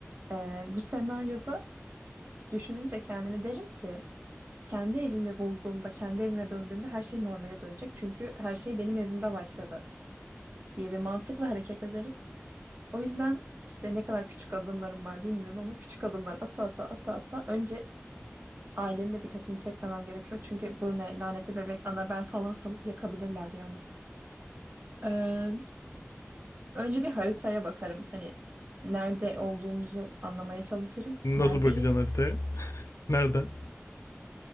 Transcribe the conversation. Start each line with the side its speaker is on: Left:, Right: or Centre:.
Right: Ee, bu senaryoda düşününce kendime derim ki kendi evimi bulduğumda, kendi evime döndüğümde her şey normale dönecek. Çünkü her şey benim evimde başladı diye bir mantıkla hareket ederim. O yüzden işte ne kadar küçük adımlarım var bilmiyorum ama küçük adımlar ata ata ata ata önce ailenin de dikkatini çekmemem gerekiyor. Çünkü bu ne lanetli bebek Annabelle falan sanıp yakabilirler bir anda. Önce bir haritaya bakarım. Hani nerede olduğumuzu anlamaya çalışırım.
Left: Nasıl
Right: Neredeyim?
Left: bakacaksın haritaya? Nereden?